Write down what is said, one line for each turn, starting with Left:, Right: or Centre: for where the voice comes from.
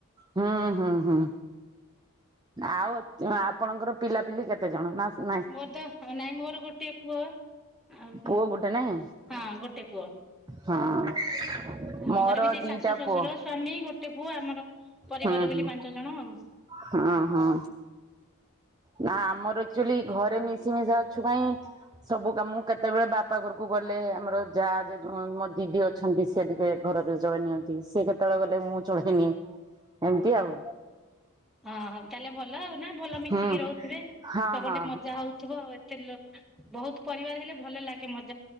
Right: ହଁ ହଁ। ହୁଁ ଆଉ ଆପଣଙ୍କର ପିଲାପିଲି କେତେ ଜଣ ନା। ନାଇଁ?
Centre: ମୋର ତ ନାଇଁ ମୋର ଗୋଟେ ପୁଅ ଆଉ
Right: ପୁଅ ଗୋଟେ ନାଇଁ
Centre: ହଁ ଗୋଟେ ପୁଅ
Right: ହଁ
Centre: ଆମ
Right: ମୋର
Centre: ଘରେ ବି ସେ
Right: ଦିଟା
Centre: ଶାଶୁ ଶଶୁର
Right: ପୁଅ
Centre: ସ୍ଵାମୀ ଗୋଟେ ପୁଅ ଆମର ପରିବାର
Right: ହୁଁ ହୁଁ
Centre: ବୋଲି ପାଞ୍ଚ ଜଣ ଆଉ
Right: ହଁ ହଁ। ନା ଆମର ଆଚୁଆଲି ଘରେ ମିଶିମଶା ଅଛୁ ପାଇଁ ସବୁ କାମ କେତେବେଳେ ବାପା ଘରକୁ ଗଲେ ଆମର ଯାହା ମୋ ଦିଦି ଅଛନ୍ତି ସି ଟିକେ ଘରେରେ ଚଳେଇ ନିଅନ୍ତି ସିଏ କେତେବେଳେ ଗଲେ ମୁଁ ଚଳେଇନିଏ ଏମିତି ଆଉ।
Centre: ହଁଉ ତାହେଲେ ଭଲ ଆଉ। ନା ଭଲ ମିଶିକି
Right: ହୁଁ
Centre: ରହୁଥିବେ
Right: ହଁ
Centre: ତ ଗୋଟେ
Right: ହଁ
Centre: ମଜା ହଉଥିବ ଆଉ। ବହୁତ ପରିବାର ହେଲେ ଭଲ ଲାଗେ ମତେ